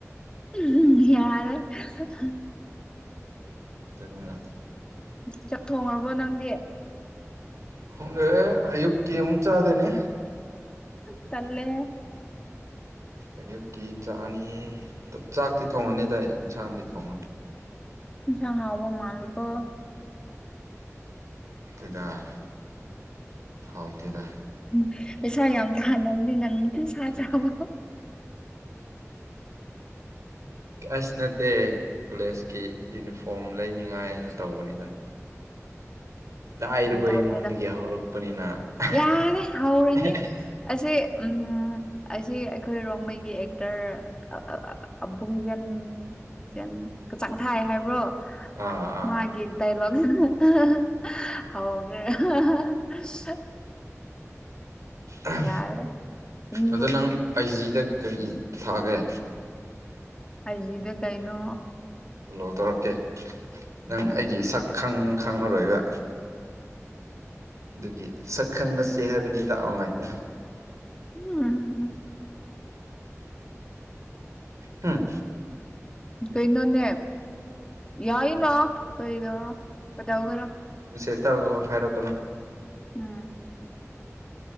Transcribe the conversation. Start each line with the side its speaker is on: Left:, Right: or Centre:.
Left: ꯎꯝ ꯍꯨꯝ ꯌꯥꯔꯦ ꯍꯍ ꯍ
Right: ꯇꯟꯅ
Left: ꯆꯥꯛ ꯊꯣꯡꯉꯕꯣ ꯅꯪꯗꯤ
Right: ꯍꯪꯒꯦ ꯑꯌꯨꯛꯀꯤ ꯑꯃꯨꯛ ꯆꯥꯗꯣꯏꯅꯦ
Left: ꯇꯜꯦ
Right: ꯑꯌꯨꯛꯀꯤ ꯆꯥꯛꯅꯤ ꯆꯥꯛꯇꯤ ꯊꯣꯡꯉꯅꯤꯗ ꯏꯟꯁꯥꯡꯗꯤ ꯊꯣꯡꯉꯔꯣ
Left: ꯆ ꯍꯕ ꯃꯥꯜꯀ
Right: ꯇꯗ ꯍꯥꯎ ꯇꯗ
Left: ꯎꯝ ꯄꯁꯥ ꯌꯥꯝ ꯊꯍꯜꯂꯅꯤ ꯅꯟꯇ ꯁꯥ ꯆꯕ
Right: ꯀꯁꯅ ꯇ ꯀꯣꯂꯦꯖꯀꯤ ꯌꯨꯅꯤꯐꯣꯔꯝ ꯂꯩꯅꯤꯉꯥꯏꯅ ꯇꯧꯕꯅꯤꯗ ꯂꯥꯏꯔꯕ
Left: ꯐꯥꯒꯤ ꯇꯧꯕꯅꯦꯗ
Right: ꯏꯃꯨꯡꯗꯒꯤ ꯍꯧꯔꯛꯄꯅꯤꯅ ꯑꯍ
Left: ꯌꯥꯔꯦ ꯍꯧꯔꯅꯤ
Right: ꯑꯍꯦ ꯑꯍꯦ
Left: ꯑꯁꯤ ꯎꯝ ꯑꯁꯤ ꯑꯩꯈꯣꯏ ꯔꯣꯡꯃꯩꯒꯤ ꯑꯦꯛꯇꯔ ꯑꯥ ꯑꯥ ꯑꯕꯨꯡꯖꯦꯟ ꯖꯦꯟ ꯀꯆꯥꯡ ꯊꯥꯏ ꯍꯥꯏꯕ꯭ꯔꯣ
Right: ꯑꯥ ꯑꯥ
Left: ꯃꯥꯒꯤ ꯗꯥꯏꯂꯣꯒꯁꯤꯅ ꯑꯍ ꯑꯍ ꯍꯍ ꯍꯧꯒ꯭ꯔꯦ ꯑꯍ ꯑꯍ ꯑꯍ ꯍꯍ
Right: ꯑꯍꯝ
Left: ꯌꯥꯔꯦ ꯅꯨꯡ
Right: ꯑꯗꯣ ꯅꯪ ꯑꯩꯖꯤꯗ ꯀꯔꯤ ꯊꯥꯒꯦ
Left: ꯑꯖꯤꯗ ꯀꯥꯏꯩꯅꯣ
Right: ꯐꯣꯂꯣ ꯇꯧꯔꯛꯀꯦ ꯅꯪ ꯑꯩꯒꯤ ꯁꯛ ꯈꯪ ꯈꯪꯉꯔꯣꯏꯕ ꯑꯗꯨꯒꯤ ꯁꯛ ꯈꯪꯅꯁꯦ ꯍꯥꯏꯕꯅꯤꯗ ꯑꯣꯟꯂꯥꯏꯟꯗ
Left: ꯎꯝ
Right: ꯍꯥꯥ
Left: ꯀꯩꯅꯣꯅꯦ ꯌꯥꯏꯅꯣ ꯀꯩꯗꯧꯔꯣ ꯀꯗꯥꯧꯒꯅꯣ
Right: ꯕꯤꯁꯦꯁ ꯇꯥꯔꯛꯑꯣ ꯍꯥꯏꯔꯛꯀꯅꯨ
Left: ꯎꯝ